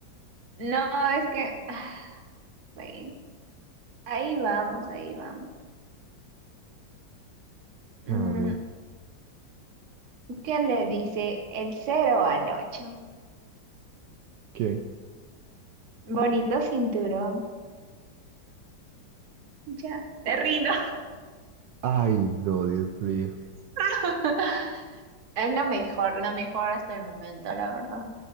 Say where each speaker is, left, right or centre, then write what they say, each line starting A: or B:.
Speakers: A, on the right; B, on the right.
A: No, es que, ah, bueno, ahí vamos, ahí vamos.
B: A
A: Mm,
B: ver,
A: ¿qué le dice el cero al 8?
B: ¿qué?
A: Bonito cinturón. Ya, me rindo.
B: Ay, no, Dios mío.
A: <laughs> Es lo mejor, lo mejor hasta el momento, la verdad.